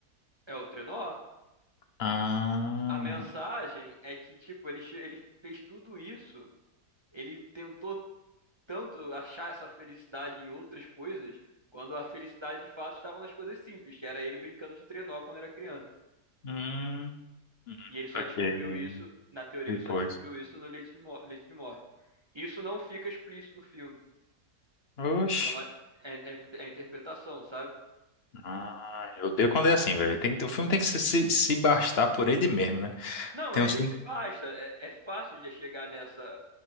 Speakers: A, on the right (about 20°); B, on the left (about 50°).
A: É o trenó?
B: Ah.
A: A mensagem é que, tipo, ele, che- ele fez tudo isso. Ele tentou tanto achar essa felicidade em outras coisas, quando a felicidade de fato estava nas coisas simples, que era ele brincando de trenó quando era criança.
B: Hum,
A: E ele só
B: saquei.
A: descobriu isso, na teoria,
B: Depois.
A: ele só descobriu isso no Leite de, Mo- Leite de Morte. Isso não fica explícito no filme.
B: Oxi.
A: Isso é uma é, é- é interpretação, sabe?
B: Ah, eu odeio quando é assim, velho. Tem, que- o filme tem que se, se, se bastar por ele mesmo, né?
A: Não,
B: Tem
A: ele
B: uns filmes.
A: se basta. É, é fácil de chegar nessa,